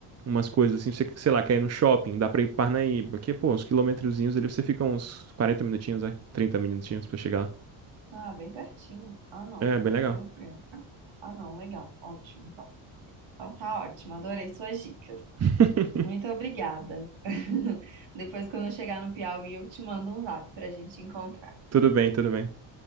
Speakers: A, on the right (about 30°); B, on the right (about 65°).
A: umas coisas assim, você, sei lá, quer ir no shopping, dá pra ir pra Parnaíba, que pô, uns quilometrozinhos ali você fica uns 40 minutinhos, vai, 30 minutinhos pra chegar lá.
B: Ah, bem pertinho. Ah, não.
A: É, bem legal.
B: Tranquilo. Ah, não. Legal. Ótimo, então. Então tá ótimo. Adorei suas dicas.
A: <laughs>
B: Muito obrigada. <laughs> Depois, quando eu chegar no Piauí, eu te mando um zap pra gente encontrar,
A: Tudo bem, tudo bem.